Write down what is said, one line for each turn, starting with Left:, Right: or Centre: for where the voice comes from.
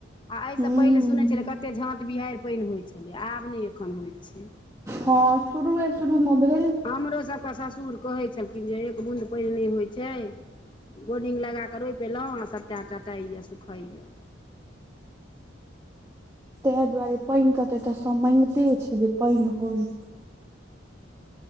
Left: आ एहिसँ
Right: हूं
Left: पहिले सुनैत छलै कते झाँट बिहैर पैन होइत छलै आब नै एखन होइत छै
Right: हँ शुरए शुरू म भ
Left: हमरोसभके ससुर कहै छलखिन जे एक बूँदि पैन नहि होइत छै बोर्डिंग लगा कऽ रोपि एलो आ सभटा टाइए सुखाैए
Right: तेहा दुआरे पैन के तऽ तऽ सब मगिते छै जे पैन होय